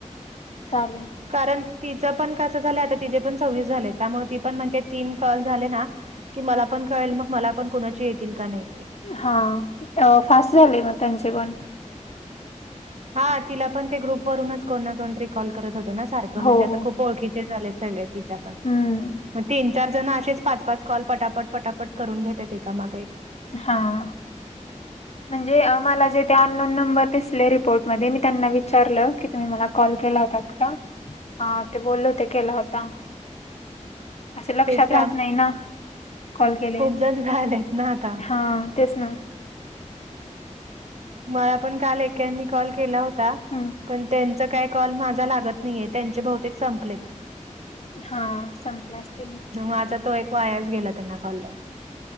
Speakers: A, on the left (about 55°); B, on the right (about 60°).
A: चालेल.
B: कारण तिचं पण कसं झालंय आता तिचेे पण सव्वीस झाले. त्यामुळे ती पण म्हणते तीन कॉल झाले ना की मला पण कळेल मग, मला पण कोणाचे येतील का नाही ते.
A: हां, फास्ट झाले मग त्यांचे पण.
B: हां तिला पण ते ग्रुपवरूनच कोण ना कोणतरी कॉल करत होतं ना सारखं म्हणजे
A: हो
B: आता
A: हो
B: खूप ओळखी चे झालेत सगळे तिच्या पण,
A: हम्म
B: मग तीन चार जण असेच पाच पाच कॉल, पटापट पटापट, करून घेत्यांत एकामागे एक.
A: हां!
B: <inaudible>
A: म्हणजे मला जे ते अननोन नंबर दिसले रिपोर्टमध्ये, मी त्यांना विचारलं की तुम्ही मला कॉल केला होता का हां ते बोलले होते, केला होता. असे लक्षात
B: तेच
A: राहत नाही, ना कॉल केले.
B: गंज झालेत ना आता.
A: हां तेच ना.
B: मला पण काल एक्यांनी कॉल केला हो ता
A: हम्म
B: पण त्यांचा काय कॉल माझा लागत नाहीये, त्यांचे बहुतेक संपलेत.
A: हां संपले असतील.
B: माझा तो एक वायाच गेला, त्यांना कॉल लावून.